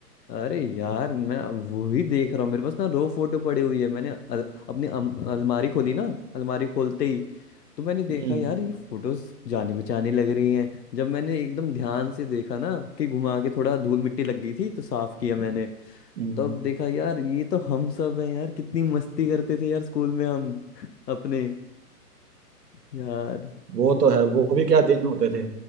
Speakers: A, on the left; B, on the right.
A: अरे यार मैं अब वो ही देख रहा हूँ मेरे पास ना रो फोटो पड़ी हुई है मैंने अल, अपनी अम, अलमारी खोली ना अलमारी खोलते ही तो मैंने देखा
B: हम्म
A: यार ये फोटोज जानी पहचानी लग रही हैं जब मैंने एकदम ध्यान से देखा ना कि घुमा के थोड़ा धूल मिट्टी लग गई थी तो साफ किया मैंने
B: हम्म,
A: तब देखा यार ये तो हम सब हैं यार कितनी मस्ती करते थे यार स्कूल में हम <laughs> अपने यार
B: वो तो है वो भी क्या दिन होते थे